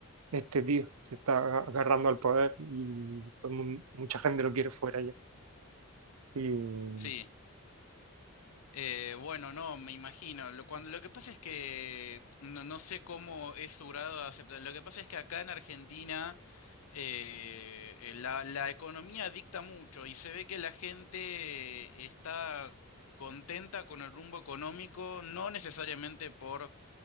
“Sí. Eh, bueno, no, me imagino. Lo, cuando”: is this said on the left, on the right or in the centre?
Left